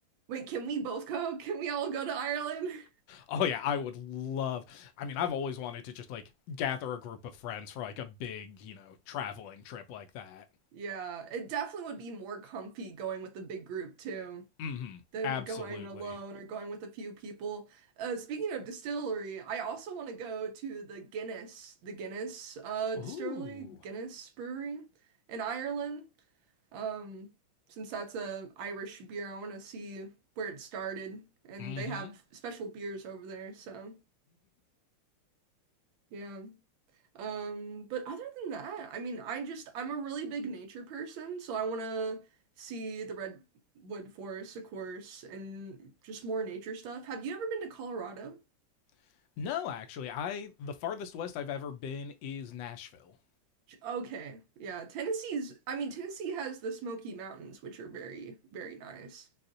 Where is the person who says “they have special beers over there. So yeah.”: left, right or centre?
Right